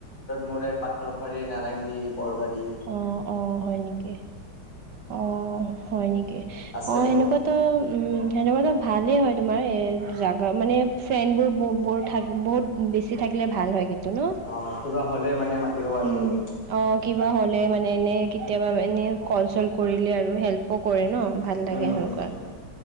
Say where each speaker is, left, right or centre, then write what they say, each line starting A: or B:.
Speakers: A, on the left; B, on the right.
A: মোৰে পাথৰ শৰীৰ নাৰেংগী। বৰবাৰী,
B: অ-অ, হয় নেকি? অ, হয় নেকি।
A: আছে
B: অ,
A: মোৰ।
B: সেনেকুৱাতো উম' সেনেকুৱাতো ভালে হয়। তোমাৰ এ জাগা মানে ফ্ৰেণ্ডবোৰ বৰ থাক বহুত বেছি থাকিলে ভাল হয় কিন্তু। ন,
A: অ' কিবা হ'লে মানে মাতিব পাৰো
B: উম'
A: আৰু।
B: অ, কি কিবা হ'লে মানে, এনেই কেতিয়াবা এনেই কল- চল কৰিলে আৰু হেল্প ত কৰে ন,
A: উম,
B: ভাল লাগে
A: উম,
B: সেনেকুৱা।
A: উম, উম।